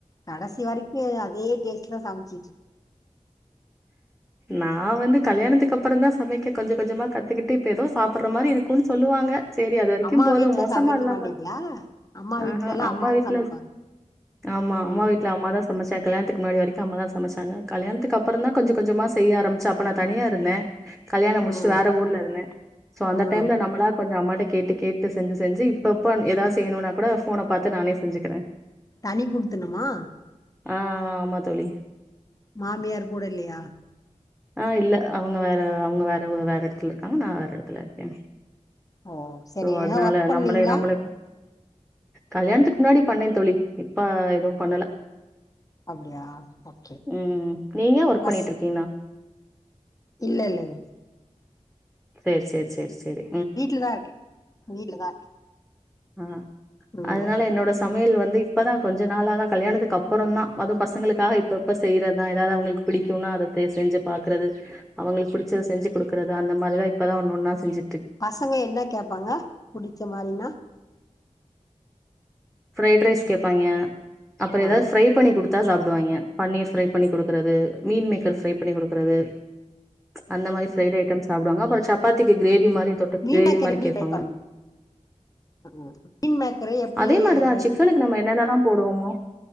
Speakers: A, on the left; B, in the centre.
A: கடைசி வரைக்கு அதே டேஸ்ட்ல சமச்சிட்ரு
B: நா வந்து கல்யாணத்துக்கு அப்புறோ தா சமைக்க கொஞ்ச கொஞ்சமா கத்துக்கிட்டு இப்ப ஏதோ சாப்படுற மாரி இருக்குன்னு சொல்லுவாங்க சேரி அது வரைக்கு
A: அம்மா
B: போது
A: வீட்ல
B: மோசமா
A: சமைக்க
B: இல்லாம
A: மாட்டீங்களா அம்மா வீட்லலா
B: ஆஹா அம்மா
A: அம்மாதா
B: வீட்ல
A: சமைப்பாங்க
B: ஆமா
A: ம்
B: அம்மா வீட்ல அம்மாதா சம் சமைச்சே கல்யாணத்துக்கு முன்னாடி வரைக்கு அம்மா தா சமைச்சாங்க கல்யாணத்துக்கப்றந்தா கொஞ்ச கொஞ்சமா செய்ய ஆரம்பச்சே அப்ப நா தனியா இருந்தே கல்யாணோ முடிச்சுட்டு
A: ம்
B: வேற ஊர்ல இருந்த சோ அந்த
A: ம்
B: டைம்ல நம்பளா கொஞ்சோ அம்மாட்ட கேட்டு கேட்டு செஞ்சு செஞ்சு இப்ப இப்ப எதாத் செய்யணுனா கூட ஃபோன பாத்து நானே செஞ்சுகற
A: தனி குடுத்துணமா
B: ஆ ஆ ஆமா தோழி
A: மாமியார் கூட இல்லயா
B: <inaudible> ஆ இல்ல அவுங்க வேற அவுங்க வேற ஊ வேற எடத்துல இருக்காங்க நா வேற எடத்துல இருக்கே
A: ஓ சரி
B: சோ அதுனால
A: ஏனா ஒர்க் பண்ணீங்களா
B: நம்லே நம்ள கல்யாணத்துக்கு முன்னாடி பண்ணே தோழி இப்ப எதும் பண்ல
A: அப்டியா ஓகே
B: ம் நீங்க ஒர்க்
A: பஸ்
B: பண்ணிட்ருக்கீங்ளா
A: இல்ல இல்லைங்
B: சேர் சேர் சேர் செரி
A: வீட்லதா இருக்கே வீட்லதா இருக்கே
B: ஆ
A: ம்
B: அதனால என்னோட சமையல் வந்து இப்போதா கொஞ்ச நாளா தா கல்யாணத்துக்கு அப்புறோ தா அதுவு பசங்களுக்காக இப்போ இப்போ செய்யிறதுதா ஏதாவது அவுங்களுக்கு பிடிக்கும்னா அத தே செஞ்சு பாக்குறது அவுங்களுக்கு பிடிச்சத செஞ்சு குடு க்றது அந்தமாரித இப்பதா ஒன்னு ஒன்னா செஞ்சு
A: பசங்க என்ன கேப்பாங்க புடிச்ச மாதிரினா
B: ப்ரைட் ரைஸ் கேப்பாங்கெ அப்ரோ
A: ஆ
B: ஏதாது ஃப்ரை பண்ணி கொடுத்தா சாப்டுவாய்ங்க பன்னீர் ஃப்ரை பண்ணி கொடுக்குறது மீள் மேக்கர் ஃப்ரை பண்ணி கொடுக்குறது அந்த மாரி ஃப்ரைட் ஐட்டம் சாப்டுவங்க அப்புறோ சபாத்திக்கி கிரேவி மாரி தொட்
A: மீன்
B: கிரேவி
A: எக்கர்
B: மாரி
A: எப்டி
B: கேப்பாங்க
A: ஃப்ரை பண்ணுவீங்க ம் மீன் மேக்கரு எப்டி
B: அதேமாரிதா
A: ஃப்ரை
B: சிக்கனுக்கு
A: பண்ணி
B: நம்ம என்னென்னலா போடுவமோ